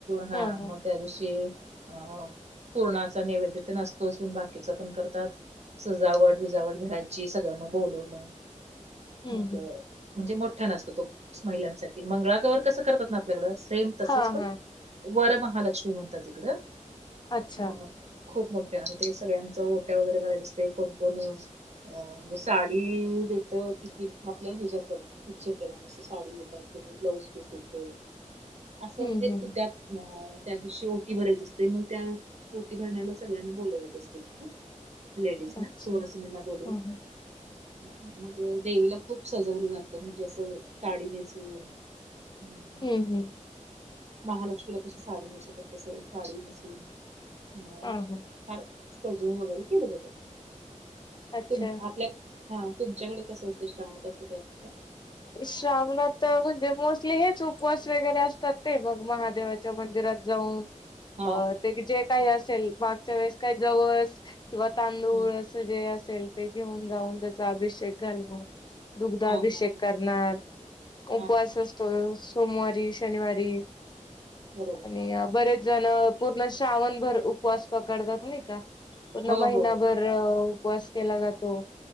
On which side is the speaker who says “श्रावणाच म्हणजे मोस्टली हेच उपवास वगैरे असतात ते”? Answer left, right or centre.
Left